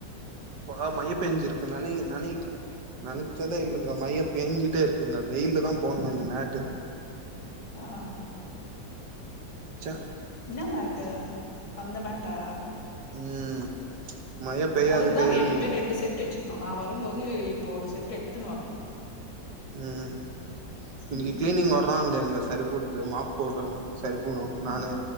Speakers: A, on the right; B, on the left.
A: இப்ப மையப் பேஞ்சிருக்குனானே நெனைக்கு நெனச்சதே இல்லங்க மைய பேஞ்சிட்டே இருக்குங்க வெயில்ல தா போட்ணு இந்த மேட்டு
B: ஆஹாஹா
A: ச்ச
B: என்ன மேட்டு அந்த மேட்டா
A: ம் மழ பெய்யாது
B: அதுக்குதான்
A: பெய்யாதுன்னு
B: எப்பயுமே ரெண்டு செட் வச்சு நான் வரும்போது இப்போ ஒரு செட்டு் எடுத்துன்னு வரேன்
A: ம் இன்னைக்கு
B: ம்.
A: கிளீனிங் வறாங்களோ எங்க சரி போடுது மாப் போட்டு சரி போனும்
B: ம்.
A: நானு